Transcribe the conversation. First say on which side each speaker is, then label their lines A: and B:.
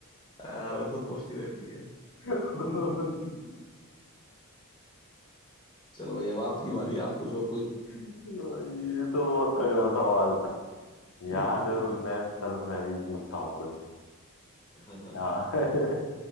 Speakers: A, on the left; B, on the left.
A: आराम से पहुंचती रहती है
B: <laughs>
A: <laughs> चलो भाई अब आपकी बारी आप पूछो कोई
B: ये तो बहुत तगड़ा सवाल था यार
A: <laughs>
B: मैं चलो मैं भी पूछता हूँ कुछ
A: हाँ हाँ
B: हाँ <laughs>